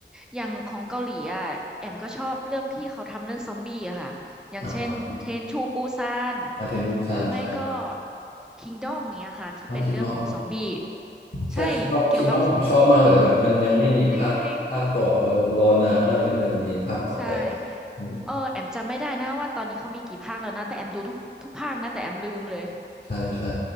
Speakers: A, in the centre; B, on the left.
A: อย่างของเกาหลีอ่ะแอมก็ชอบเรื่องที่เขาทำเรื่องซอมบี้อะค่ะ อย่างเช่นเทรนชูปูซาน
B: อ่าความอาเทนูซานใช่
A: หรือไม่ก็คิงดอมเนี้ยค่ะที่เป็นเรื่องของซอมบี้
B: มาคิงนอกใช่คิงนอกคิงนอกผมชอบมากเลยแต่แบบมันยังไม่มีภาคภาคต่อเออรอนานมากเลยเมื่อไหร่จะมีภาคต่อไป
A: ใช่เกี่ยวกับจริงจริงใช่
B: อืม
A: เออแอมจำไม่ได้นะว่าตอนนี้เขามีกี่ภาคแล้วนะแต่แอมดูทุกทุกภาคนะแต่แอมลืมเลย
B: ใช่ใช่